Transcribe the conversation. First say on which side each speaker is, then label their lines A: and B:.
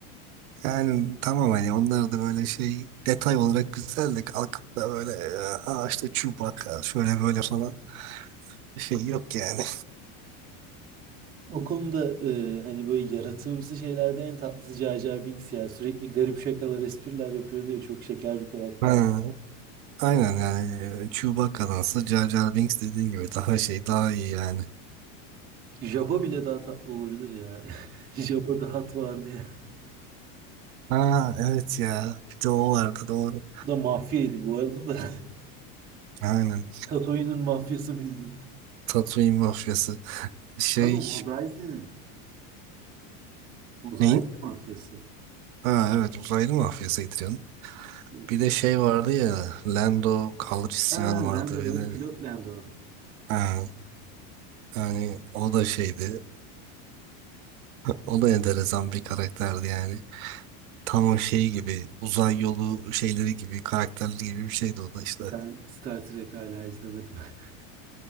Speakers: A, on the right; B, on the right.
A: Yani tamam hani onlar da böyle şey detay olarak güzel de kalkıp da böyle e, aa işte Chewbacca şöyle böyle falan bir şey yok yani.
B: O konuda e, hani böyle yaratığımsı şeylerde en tatlısı Jar Jar Binks ya. Sürekli garip şakalar, espriler yapıyordu ya. Çok şeker bir karakter.
A: Ha. Aynen yani e, Chewbacca'dansa Jar Jar Binks dediğin gibi daha şey daha iyi yani.
B: Jabba bile daha tatlı olabilir ya. <laughs> Jabba'da hat vardı ya.
A: Ha evet ya bir de o vardı doğru.
B: Bu da mafyaydı bu arada da.
A: Aynen
B: <laughs> Tatooine'in mafyası bildiğin.
A: Tatooine mafyası. Şey
B: Pardon, Mos Eisley'nin. Mos
A: neyin?
B: Eisley mafyası.
A: Ha evet uzaylı mafyasıydı canım.
B: Tabii canım.
A: Bir de şey vardı ya Lando Calrissian
B: Aa,
A: vardı
B: Lando
A: öyle.
B: evet pilot Lando.
A: Ha, yani o da şeydi. O da enteresan bir karakterdi yani. Tam o şey gibi uzay yolu şeyleri gibi karakterli gibi bir şeydi o da işte.
B: Ben Star Trek hala izlemedim. <laughs>